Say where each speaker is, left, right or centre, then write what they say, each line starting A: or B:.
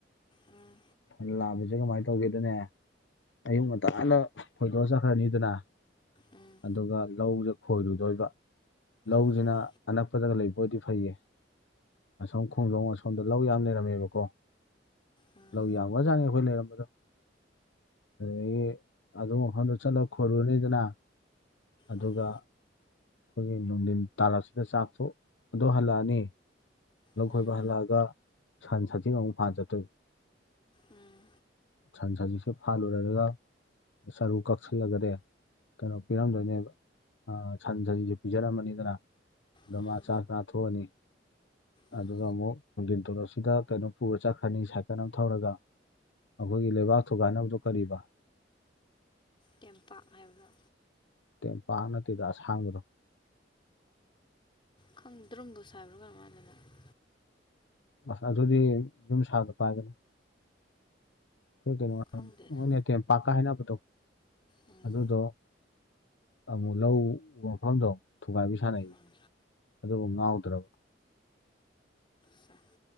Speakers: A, on the left (about 30°); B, on the left (about 80°).
A: ꯎꯝ
B: ꯁꯟ ꯂꯥꯕꯁꯦ ꯀꯃꯥꯏꯅ ꯇꯧꯒꯦꯗꯅꯦ ꯑꯌꯨꯛ ꯉꯟꯇꯥꯅ ꯍꯣꯏꯗꯣꯛꯑ ꯆꯠꯈ꯭ꯔꯅꯤꯗꯅ
A: ꯎꯝ
B: ꯑꯗꯨꯒ ꯂꯧꯗ ꯈꯣꯏꯔꯨꯗꯣꯏꯕ ꯂꯧꯁꯤꯅ
A: ꯎꯝ
B: ꯑꯅꯛꯄꯗꯒ ꯂꯩꯕ ꯑꯣꯏꯔꯗꯤ ꯐꯩꯌꯦ ꯑꯁꯣꯝ ꯈꯣꯡꯖꯣꯝ ꯑꯁꯣꯝꯗ ꯂꯧ ꯌꯥꯝ ꯂꯩꯔꯝꯃꯦꯕꯀꯣ
A: ꯎꯝ
B: ꯂꯧ ꯌꯥꯝꯒ꯭ꯔꯖꯥꯠꯅꯤ ꯑꯩꯈꯣꯏ ꯂꯩꯔꯝꯕꯗꯣ ꯑꯗꯨꯗꯒꯤ ꯑꯗꯨ ꯃꯐꯝꯗ ꯆꯠꯂ ꯈꯣꯏꯔꯨꯔꯅꯤꯗꯅ ꯑꯗꯨꯒ
A: ꯎꯝ
B: ꯑꯩꯈꯣꯏꯒꯤ ꯅꯨꯡꯊꯤꯟ ꯇꯥꯜꯂꯛꯁꯤꯗ ꯆꯥꯛꯁꯨ ꯑꯗꯨ ꯍꯜꯂꯛꯑꯅꯤ ꯂꯧ
A: ꯎꯝ
B: ꯈꯣꯏꯕ ꯍꯜꯂꯛꯑꯒ ꯁꯟ ꯁꯥꯊꯤꯡ ꯑꯃꯨꯛ ꯐꯥꯟꯕ ꯆꯠꯇꯣꯏꯅꯤ
A: ꯎꯝ
B: ꯁꯟ ꯁꯖꯤꯛꯁꯦ ꯐꯥꯜꯂꯨꯔꯒ ꯆꯔꯨ ꯀꯛꯁꯤꯜꯂꯒꯅꯦ ꯀꯩꯅꯣ ꯄꯤꯔꯝꯗꯣꯏꯅꯦꯕ ꯁꯟ ꯁꯖꯤꯛꯁꯦ ꯄꯤꯖꯔꯝꯃꯅꯤꯗꯅ ꯑꯗꫭ
A: ꯎꯝ
B: ꯃꯥ ꯆꯥꯛ ꯆꯥꯊꯣꯛꯑꯅꯤ
A: ꯎꯝ
B: ꯑꯗꯨꯒ ꯑꯃꯨꯛ ꯅꯨꯡꯗꯤꯟ ꯇꯥꯜꯂꯛꯁꯤꯗ ꯀꯩꯅꯣ ꯄꯨꯔ ꯆꯠꯈ꯭ꯔꯅꯤ ꯁꯥꯏꯀꯜ ꯑꯃꯥ ꯊꯧꯔꯒ ꯑꯩꯈꯣꯏꯒꯤ ꯂꯩꯕꯥꯛ ꯊꯨꯒꯥꯏꯅꯕꯗꫭ ꯀꯔꯤ ꯍꯥꯏꯕꯥ
A: ꯇꯦꯝꯄꯥꯛ ꯍꯥꯏꯕ꯭ꯔꯥ
B: ꯇ°ꯝꯄꯥꯛ ꯅꯠꯇꯦꯗ ꯑꯁꯥꯡ ꯕꯗꯣ
A: ꯈꯪꯗ ꯗ꯭ꯔꯨꯝꯕꯨꯁ ꯍꯥꯏꯕ꯭ꯔꯥ ꯀꯩꯅꫭꯝ ꯍꯥꯏꯗꯥꯏꯅ°
B: ꯑꯁ ꯑꯗꯨꯗꯤ ꯌꯨꯝ ꯁꯥꯕꯗꯥ ꯄꯥꯏꯕꯅꯤ ꯑꯩꯈꯣꯏꯗꯅꯥ
A: ꯈꯪꯗꯦꯗ
B: ꯀꯩꯅꯣ ꯃꯣꯏꯅꯥ ꯇꯦꯝꯄꯥꯛꯀꯥ ꯍꯥꯏꯅꯕꯗꯣ
A: ꯎꯝ
B: ꯑꯗꯨꯗꯣ ꯑꯃꯨꯛ ꯂꯧ ꯎꯕꯥ ꯃꯐꯝꯗꯣ ꯊꯨꯒꯥꯏꯕꯤ ꯁꯥꯟꯅꯩ
A: ꯎꯝ
B: ꯑꯗꯨꯒꯥ ꯉꯥꯎꯗ꯭ꯔꯕꯥ
A: ꯁꯥ